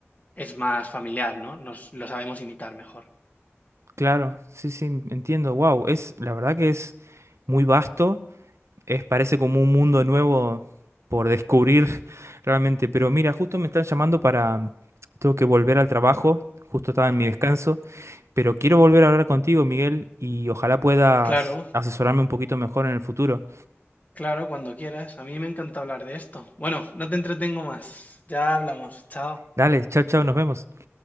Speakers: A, on the left (about 35°); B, on the right (about 75°).
A: es más familiar, ¿no? Nos lo sabemos imitar mejor.
B: Claro, sí, sí, entiendo. Wow, es la verdad que es muy vasto, es parece como un mundo nuevo por descubrir <laughs> realmente, pero mira, justo me están llamando para mm, tengo que volver al trabajo, justo estaba en mi descanso, pero quiero volver a hablar contigo, Miguel, y ojalá puedas
A: Claro,
B: asesorarme un poquito mejor en el futuro.
A: claro, cuando quieras. A mí me encanta hablar de esto. Bueno, no te entretengo más. Ya hablamos. Chao.
B: Dale, chao, chao, nos vemos.